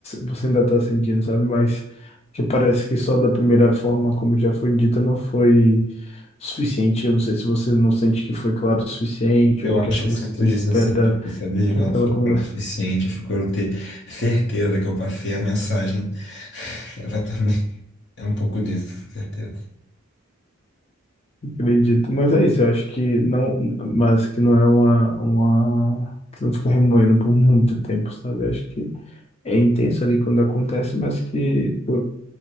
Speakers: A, on the left; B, on the left.
A: você ainda tá sentindo, sabe? Mas que parece que só da primeira forma, como já foi dita, não foi suficiente. Eu não sei se você não sente que foi claro o suficiente
B: Eu
A: ou o que
B: acho
A: é que
B: que
A: você
B: eu sinto isso,
A: espera
B: assim, de saber
A: daquela
B: que eu não fui
A: conversa.
B: claro o suficiente, eu procuro ter certeza que eu passei a mensagem. <laughs> Exatamente. É um pouco disso, com certeza.
A: Acredito. Mas é isso, eu acho que não, mas que não é uma, uma, que não fica remoendo por muito tempo, sabe? Eu acho que é intenso ali quando acontece, mas que por